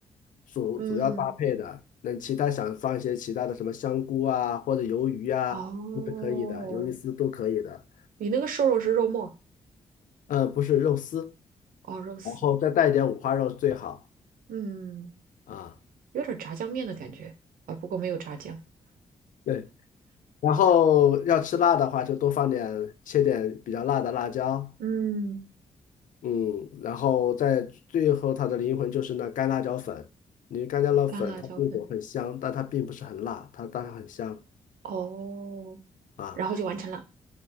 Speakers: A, on the left; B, on the right.
A: 主主要搭配的。
B: 嗯，
A: 那其他想放一些其他的什么香菇啊，或者鱿鱼啊，
B: 哦，
A: 都是可以的，鱿鱼丝都可以的。
B: 你那个瘦肉是肉末，
A: 呃，不是肉丝，
B: 哦，肉丝，
A: 然后再带一点五花肉最好
B: 嗯。
A: 啊。
B: 有点炸酱面的感觉啊，不过没有炸酱。
A: 对，然后要吃辣的话，就多放点，切点比较辣的辣椒。
B: 嗯，
A: 嗯，然后在最后它的灵魂就是那干辣椒粉，因为干辣椒粉它这种很香，
B: 干辣椒粉。
A: 但它并不是很辣，它当然很香。
B: 哦，
A: 啊。
B: 然后就完成了。